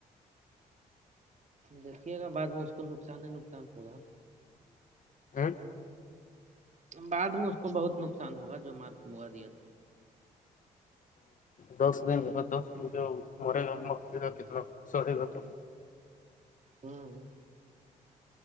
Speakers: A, on the right (about 40°); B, on the left (about 50°).
A: دیکھیے گا بعد میں اس کو نقصان ہی نقصان ہوگا
B: ا <unintelligible>
A: بعد میں اس کو بہت نقصان ہوگا جو مارک موا دیا
B: دس دن دس مج جو مرے گا مے گا کتنا سڑے گا تو <unintelligible>
A: ہوں